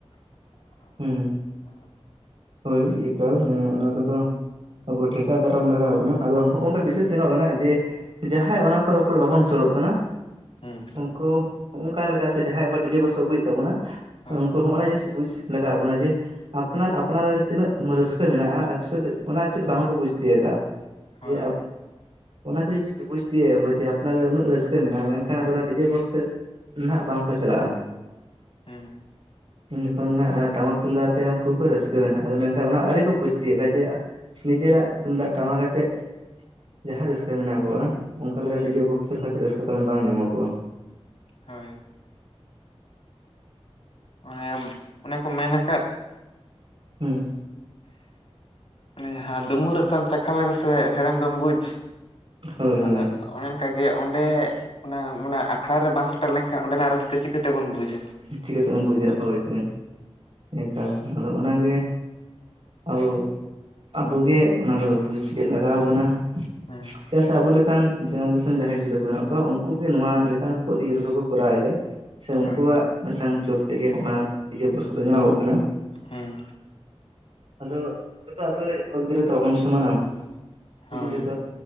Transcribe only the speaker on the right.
ᱦᱩᱸ ᱦᱳᱭ ᱮᱠᱟᱞ ᱚᱱᱟ ᱠᱚᱫᱚ ᱟᱵᱚ ᱴᱷᱮᱠᱟᱣ ᱫᱟᱨᱟᱢ ᱞᱟᱜᱟᱣ ᱵᱚᱱᱟ ᱟᱫᱚ ᱦᱚᱜᱼᱚᱝᱠᱟ ᱵᱤᱥᱮᱥ ᱛᱮᱱᱚᱜ ᱠᱟᱱᱟ ᱡᱮ ᱡᱟᱦᱟᱸᱭ ᱚᱱᱟᱠᱚ ᱨᱩᱯᱚᱨ ᱵᱟᱵᱚᱱ ᱥᱳᱨᱳᱜ ᱠᱟᱱᱟ
ᱩᱱᱠᱩ ᱚᱱᱠᱟ ᱞᱮᱠᱟ ᱥᱮ ᱡᱟᱦᱟᱸᱭ ᱟᱵᱚ ᱰᱤᱡᱮ ᱵᱚᱠᱥ ᱠᱚ ᱟᱹᱜᱩᱭᱮᱫ ᱛᱟᱵᱚᱱᱟ
ᱩᱱᱠᱩ ᱦᱚᱸᱜᱼᱱᱟ ᱡᱤᱱᱤᱥ ᱵᱩᱡᱽ ᱞᱟᱜᱟᱣ ᱵᱚᱱᱟ ᱡᱮ ᱟᱯᱱᱟᱨ ᱟᱯ ᱯᱱᱟᱨᱟᱜ ᱨᱮ ᱛᱤᱱᱟᱹᱜ ᱨᱟᱹᱥᱠᱟᱹ ᱢᱮᱱᱟᱜᱼᱟ ᱮᱠᱪᱩᱮᱞᱤ ᱚᱱᱟ ᱪᱮᱫ ᱵᱟᱝᱠᱚ ᱵᱩᱡᱽ ᱛᱤᱭᱟᱹᱜᱼᱟ
ᱡᱮ ᱟᱯ ᱚᱱᱟᱡᱮ ᱡᱩᱫᱤ ᱵᱩᱡᱽ ᱛᱤᱭᱟᱹᱜᱟ ᱠᱚ ᱡᱮ ᱟᱯᱱᱟᱨᱟᱜ ᱩᱱᱟᱹᱜ ᱨᱟᱹᱥᱠᱟᱹ ᱢᱮᱱᱟᱜᱼᱟ ᱢᱮᱱᱠᱷᱟᱱ ᱟᱫᱚ ᱚᱱᱟ ᱰᱤᱡᱮ ᱵᱚᱠᱥ ᱥᱮ ᱱᱟᱦᱟᱜ ᱵᱟᱝᱠᱚ ᱪᱟᱞᱟᱜᱼᱟ
ᱩᱱ ᱡᱚᱠᱷᱚᱱ ᱫᱚ ᱦᱟᱸᱜ ᱴᱟᱢᱟᱠ ᱛᱩᱢᱫᱟᱜ ᱟᱛᱮ ᱩᱱᱠᱩ ᱠᱚ ᱨᱟᱹᱥ <inaudible> ᱟᱫᱚ ᱢᱮᱱᱠᱷᱟᱱ ᱚᱱᱟ ᱟᱹᱰᱤᱨᱤ ᱠᱚ ᱵᱩᱡᱽᱛᱤᱭᱮᱫᱼᱟ, ᱡᱮ ᱱᱤᱡᱮᱨᱟᱜ ᱛᱩᱢᱫᱟᱜ ᱴᱟᱢᱟ ᱟᱛᱮᱫ ᱡᱟᱦᱟᱸ ᱨᱟᱹᱥᱠᱟᱹ ᱢᱮᱱᱟᱜ ᱠᱚᱣᱟ ᱚᱱᱠᱟ ᱞᱮᱠᱟ
ᱰᱤᱡᱮ ᱵᱚᱠᱥ ᱨᱮ ᱦᱚᱭᱛᱳ ᱨᱟᱹᱥᱠᱟᱹ ᱯᱟᱞᱮᱱ ᱵᱟᱝ ᱧᱟᱢᱚᱜᱚᱜᱼᱟ ᱾
ᱦᱩᱸ
ᱦᱳᱭ ᱦᱳᱭ
ᱪᱤᱠᱟᱹᱛᱮᱵᱚᱱ ᱵᱩᱡᱟ ᱦᱳᱭ ᱦᱳᱭ ᱮᱠᱟᱞ ᱟᱫᱚ ᱚᱱᱟᱜᱮ ᱟᱵᱚ ᱟᱵᱚᱜᱮ ᱚᱱᱟ ᱠᱚᱫᱚ ᱵᱩᱡᱽ ᱛᱮᱤᱠ ᱞᱟᱜᱟᱣ ᱵᱚᱱᱟ
<unintelligible> ᱟᱵᱚ ᱞᱮᱠᱟᱱ ᱡᱮᱱᱟᱨᱮᱥᱚᱱ ᱡᱟᱦᱟᱸᱭ ᱜᱤᱫᱽᱨᱟᱹ ᱠᱚ ᱢᱮᱱᱟᱜ ᱠᱚᱣᱟ ᱩᱱᱠᱩᱩᱜ ᱜᱮ ᱱᱚᱣᱟ ᱞᱮᱠᱟᱱ ᱤᱭᱟᱹ ᱠᱚᱫᱚ ᱠᱚᱨᱟᱣᱮᱫᱟ ᱾ ᱥᱮ ᱩᱱᱠᱩᱣᱟᱜ
ᱢᱤᱫᱴᱟᱝ ᱡᱳᱨ ᱛᱮᱜᱮ ᱚᱱᱟ ᱯᱚᱨᱥ ᱠᱚᱫᱚ ᱧᱮᱞᱚᱜᱚᱜ ᱠᱟᱱᱟ ᱾
ᱟᱫᱚ ᱡᱚᱛᱚ ᱟᱛᱳ ᱨᱮ ᱡᱚᱛᱚ ᱜᱤᱫᱽᱨᱟᱹ ᱛᱚ ᱵᱟᱵᱚᱱ ᱥᱚᱢᱟᱱᱟ ᱡᱩᱫᱤ
ᱡᱚᱛᱚ